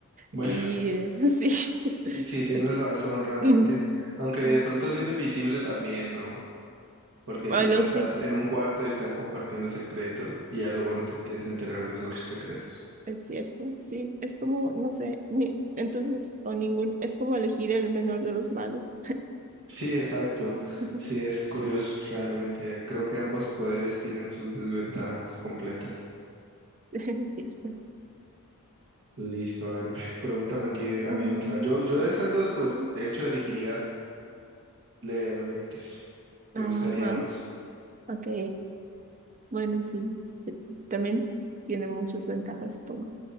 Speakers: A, on the right; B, on the right.
A: Bueno.
B: y eh, <laughs> sí. <laughs>
A: Sí, tienes
B: Entonces,
A: razón realmente.
B: mm,
A: Aunque de
B: mm,
A: pronto
B: mm.
A: siendo invisible también, ¿no? Porque
B: Bueno,
A: tipo estás
B: sí.
A: en un cuarto y están compartiendo secretos y ya luego no te quieres enterar de esos secretos.
B: Es cierto, sí, es como, no sé, ni, entonces, o ningún, es como elegir el menor de los males.
A: Sí, exacto.
B: <laughs>
A: Sí, es curioso realmente. Creo que ambos poderes tienen sus desventajas completas.
B: Es cierto.
A: Listo, a ver, <laughs> pregúntame a ti, a
B: Mm,
A: mi otra. Yo, yo de esas dos, pues
B: ok.
A: de hecho elegiría leer mentes.
B: Ajá,
A: Me gustaría más.
B: ok, bueno, sí, eh, también tiene muchas ventajas, supongo.